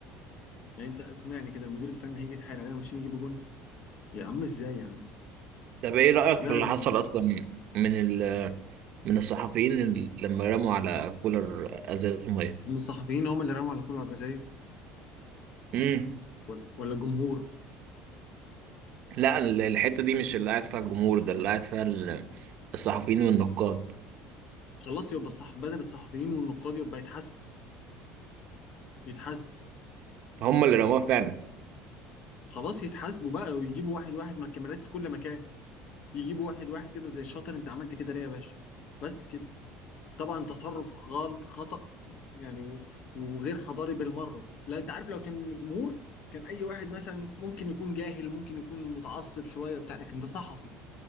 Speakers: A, on the left; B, on the right.
A: يعني انت اقنعني كده المدير الفني هيجي يتحايل عليهم عشان يجيبوا جون يا عم ازاي يا عم؟
B: طب إيه رأيك
A: لا
B: في اللي
A: لا
B: حصل أصلا من ال من الصحفيين اللي لما رموا على كولر ازاز ميه
A: من الصحفيين هم اللي رموا على كل الرذاذ
B: امم
A: ولا ولا الجمهور
B: لا ال- الحته دي مش اللي قاعد فيها الجمهور ده اللي قاعد فيها ال- الصحفيين والنقاد
A: خلاص يبقى الصح بدل الصحفيين والنقاد يبقى يتحاسبوا يتحاسبوا
B: هم اللي رموها فعلا
A: خلاص يتحاسبوا بقى ويجيبوا واحد واحد مع الكاميرات في كل مكان يجيبوا واحد واحد كده زي الشاطر انت عملت كده ليه يا باشا بس كده طبعا تصرف غلط خطأ يعني و- وغير حضاري بالمرة لا انت عارف لو كان من الجمهور كان اي واحد مثلا ممكن يكون جاهل ممكن يكون متعصب شوية بتاع لكن انت صحفي